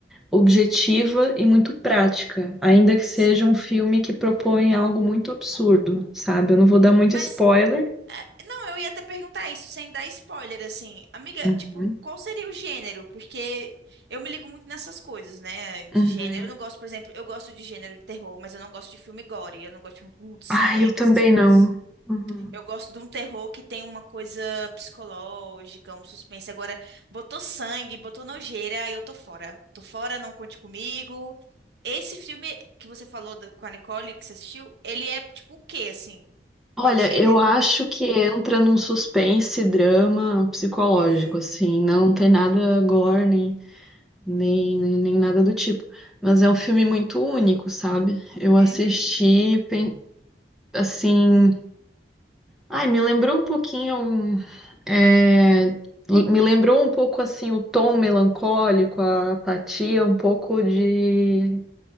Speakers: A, in the centre; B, on the right.
A: objetiva e muito prática, ainda que seja
B: Sim.
A: um filme que propõe algo muito absurdo, sabe? Eu não vou dar muito
B: Mas
A: spoiler.
B: É, Não, eu ia até perguntar isso, sem dar spoiler, assim. Amiga,
A: Uhum.
B: tipo, qual seria o gênero? Porque eu me ligo muito nessas coisas, né? De
A: Uhum.
B: gênero. Eu não gosto, por exemplo, eu gosto de gênero de terror, mas eu não gosto de filme gore. Eu não gosto de filme com muito sangue,
A: Ai, eu também
B: essas coisas.
A: não. Uhum.
B: Eu gosto de um terror que tem uma coisa psicológica, um suspense. Agora, botou sangue, botou nojeira, aí eu tô fora. Tô fora, não conte comigo. Esse filme que você falou da- com a Nicole, que você assistiu, ele é tipo o quê, assim?
A: Olha,
B: Qual é o gênero?
A: eu acho que entra num suspense, drama psicológico,
B: Hum.
A: assim, não tem nada gore, nem, nem, nem nem nada do tipo. Mas é um filme muito único, sabe? Eu
B: Uhum.
A: assisti, pen- assim, Ai, me lembrou um pouquinho, é, me lembrou um pouco assim o tom melancólico, a apatia, um pouco de,